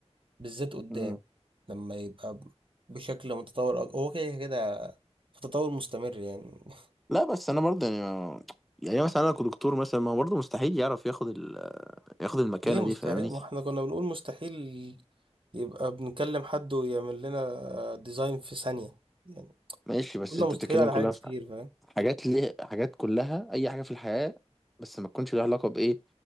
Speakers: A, on the right; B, in the centre.
A: بالذات قدام
B: مم.
A: لما يبقى ب- بشكل متطور أك... هو كده كده في تطور مستمر يعني <laughs>
B: لا بس انا برضه يعني ما- يعني مثلا انا كدكتور مثلا ما هو برضه مستحيل يعرف ياخد ال... ياخد المكانه
A: ليه مستحيل
B: دي فاهمني
A: ما احنا كنا بنقول مستحيل يبقى بنكلم حد ويعمل لنا ديزاين في ثانيه يعني.
B: ماشي بس
A: قلنا
B: انت
A: مستحيل
B: بتتكلم
A: على
B: كلها
A: حاجات كتير
B: في
A: فاهم
B: حاجات ليه حاجات كلها اي حاجه في الحياه بس ما تكونش لها علاقه بايه